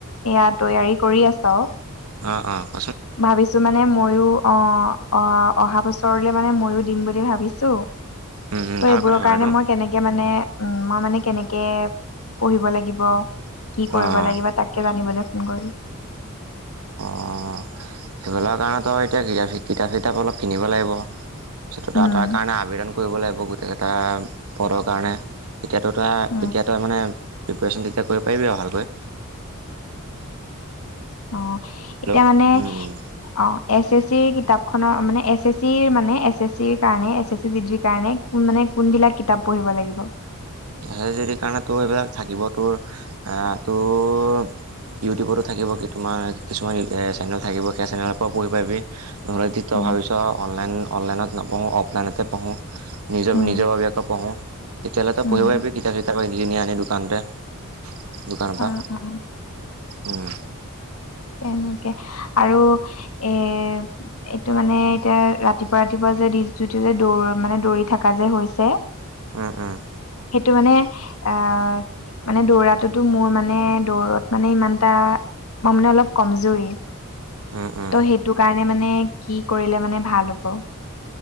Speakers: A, on the left; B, on the right.
A: এয়া তৈয়াৰী কৰি আছ?
B: অ'! অ'!
A: ভাবিছোঁ মানে, মই আয়ো অ', - অ', অহা বছৰলে মানে ময়ো দিম বুলি ভাবিছো।
B: উম, উম,
A: ত '
B: ভাল
A: এইবোৰৰ
B: কথা
A: কাৰণে
B: বাৰু এইটো
A: মই কেনেকে মানে, উম! মই মানে, কেনেকে পঢ়িব লাগিব? কি কৰিব
B: অঁ
A: লাগিব তাকে জানিবলৈ ফোন কৰিলোঁ।
B: অ' সেইবিলৰ কাৰণেতো এতিয়া কিতাপ কিতাপ চিতাপ অলপ কিনিব লাগিব। <unintelligible>
A: উম।
B: কাৰণে আবেদন কৰিব লাগিব, গোটেইকেইটা পদৰ কাৰণে। তেতিয়াতো তই
A: উম
B: তেতিয়া তই মানে প্ৰিপেৰেচন তেতিয়া কৰিব পাৰিবি আৰু ভালকৈ।
A: অ'!
B: হেল্ল'
A: এতিয়া মানে,
B: উম, উম।
A: অ'! এছ এছ চিৰ কিতাপ খনৰ মানে, এছ এছ চিৰ মানে, এছ এছ চিৰ কাৰণে, এছ এছ চি ডিগ্ৰীৰ কাৰণে, মানে কোনবিলাক কিতাপ পঢ়িব লাগিব?
B: সেই যদি কাৰণে তোৰ সেইবিলাক থাকিব তোৰ, তোৰ এ' তোৰ ইউটিউবতো থাকিব কিছুমান, কিছুমান চেনেল থাকিব, সেই চেনেলৰ পৰাও পঢ়ি পাৰিবি। <unintelligible> অনলাইন,
A: উম
B: অনলাইনত নপঢ়োঁ, অফলাইনতে পঢ়োঁ, নিজৰ,
A: উম
B: নিজৰ ববিয়াকে পঢ়োঁ। তেতিয়াহ'লে ত'
A: উম
B: পঢ়ি আহিবি <unintelligible> দোকানৰ পৰা।
A: অ অ
B: উম!
A: তেনেকে আৰু এ' এইটো মানে, এতিয়া ৰাতিপুৱা, ৰাতিপুৱা <unintelligible> যিটো যে দৌৰ মানে, দৌৰি থকা যে হৈছে।
B: উম! উম!
A: সেইটো মানে, অ'! মানে, দৌৰাটোতো মোৰ মানে, দৌৰত মানে ইমানটা, মই মানে অলপ কমজুৰি। ত'
B: উম উম
A: সেইটো কাৰণে মানে, কি কৰিলে মানে ভাল হ'ব?